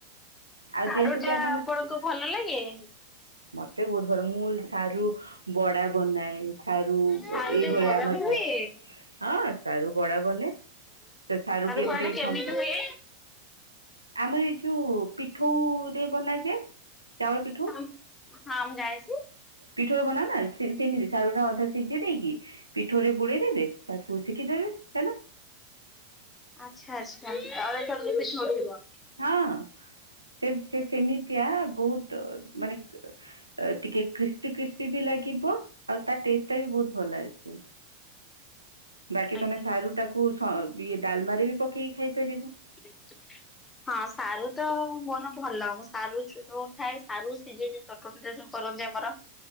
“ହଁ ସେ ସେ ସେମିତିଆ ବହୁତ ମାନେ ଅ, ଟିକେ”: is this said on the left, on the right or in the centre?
Right